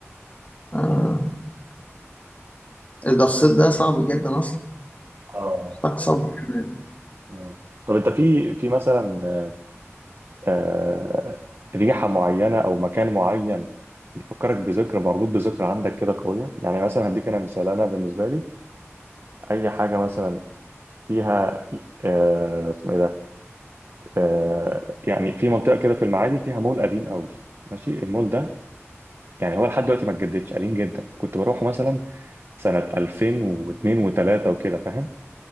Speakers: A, on the left (about 30°); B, on the right (about 55°).
A: آه. ده الصيد ده صعب جدا أصلا
B: اه
A: محتاج صبر كمان
B: اه طب انت في في مثلا آه، آه، ريحه معينه او مكان معين بيفكرك بذكرى مربوط بذكرى عندك كده قويه يعني مثلا هديك انا مثال انا بالنسبه لي اي حاجه مثلا فيها آه، اسمه ايه ده آه، يعني في منطقه كده في المعادي فيها مول قديم قوي ماشي المول ده يعني هو لحد دلوقتي ما اتجددش قديم جدا كنت بروحه مثلا سنة 2002 و3 وكده فاهم